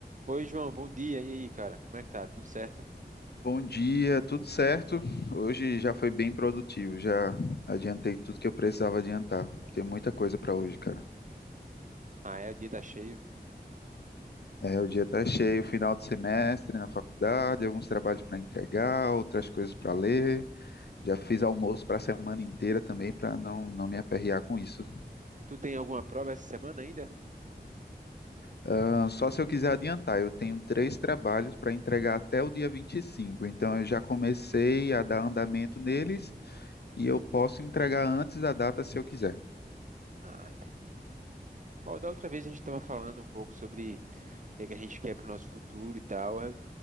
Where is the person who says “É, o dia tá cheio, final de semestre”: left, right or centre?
Left